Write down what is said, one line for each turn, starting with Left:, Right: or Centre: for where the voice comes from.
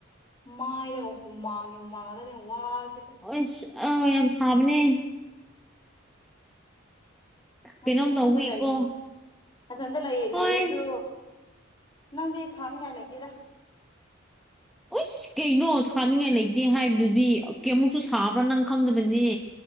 Left: ꯃꯥꯏꯗꯒ ꯍꯨꯃꯥꯡꯉꯤ ꯍꯨꯃꯥꯡꯉꯥꯛꯇꯅ‌ꯦ ꯋꯥꯕꯁꯤꯕꯨ
Centre: ꯑꯨꯏꯁ ꯑ ꯌꯥꯝ ꯁꯥꯕꯅꯦ
Left: ꯅꯪꯗꯤ
Centre: ꯀꯩꯅꯣꯝ
Left: ꯅꯊꯟꯇ
Centre: ꯇꯧꯕꯒꯤꯀꯣ
Left: ꯂꯩꯕꯅꯤ ꯃꯊꯟꯗ ꯂꯩ
Centre: ꯍꯣꯏ
Left: ꯂꯩꯔꯁꯨ ꯅꯪꯗꯤ ꯁꯥꯅꯤꯡꯉꯥꯏ ꯂꯩꯇꯦꯗ
Centre: ꯍꯁ ꯀꯩꯅꯣ ꯁꯥꯅꯤꯡꯉꯥꯏ ꯂꯩꯇꯦ ꯍꯥꯏꯕꯗꯨꯗꯤ ꯀꯥꯌꯥꯃꯨꯛꯁꯨ ꯁꯥꯕ꯭ꯔꯥ ꯅꯪ ꯈꯪꯗꯕꯅꯦ꯫